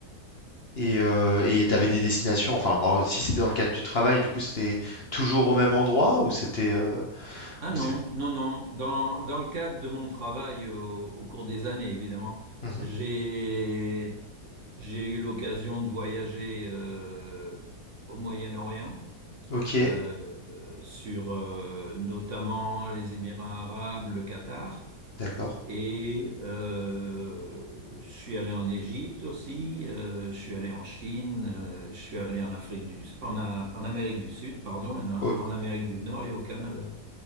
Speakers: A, on the left (about 40°); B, on the right (about 50°).
A: Et euh, et t'avais des destinations, enfin, bon, si c'était dans le cadre du travail, du coup, c'était toujours au même endroit ou c'était euh,
B: Ah
A: ou
B: non,
A: c'est...
B: non, non. Dans, dans le cadre de mon travail au, au cours des années, évidemment,
A: Mhm.
B: j'ai, j'ai eu l'occasion de voyager euh, au Moyen-Orient,
A: Ok,
B: euh, euh, sur euh, notamment les Émirats arabes, le Qatar.
A: d'accord.
B: Et euh, je suis allé en Égypte aussi, euh, je suis allé en Chine, euh, je suis allé en Afrique du, en, A- en Amérique du Sud, pardon, et en,
A: O-
B: en Amérique du Nord et au Canada.